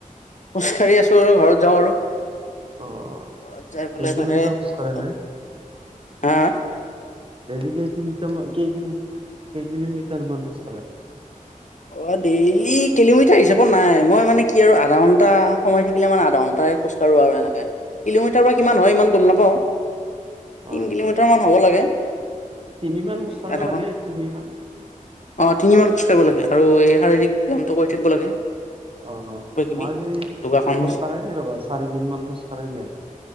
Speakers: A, on the left; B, on the right.
A: খোজ কাঢ়ি আছো আৰু ঘৰত যাওঁ আৰু
B: অ
A: পৰা যাই পেলাই
B: কেই কিলোমিটাৰ
A: থাকে এনেকে
B: খোজ কাঢ়া নে
A: হা আ
B: দেইলি কেই কিলোমিটাৰমান কেইকিলো কে কিলমিটাৰ মান খোজ কাঢ়া
A: অ ডেইলি কিলোমিটাৰ হিচাপত নাই মই মানে কি আৰু আধা ঘন্টা সময় থাকিলে মানে আধা ঘণ্টাই খোজ কঢ়ো আৰু এনেকে কিলোমিটাৰ বা কিমান হয় ইমান গম নাপাওঁ তিনি
B: অ
A: কিলোমিটাৰমান হ'ব লাগে
B: তিনিমান খোজ
A: এই
B: কাঢ়িব
A: আধাখন
B: লাগে তিনিমান
A: অ তিনি মান খোজ কাঢ়িব লাগে আৰু এই শাৰীৰিক ব্যায়ামটো কৰি থাকিব লাগে
B: অ অ
A: কিবা কিবি
B: মইজি
A: যোগাসন
B: খোজকাঢ়াই নাই ৰ'বা চাৰিদিন মান খোজকাঢ়াই নাই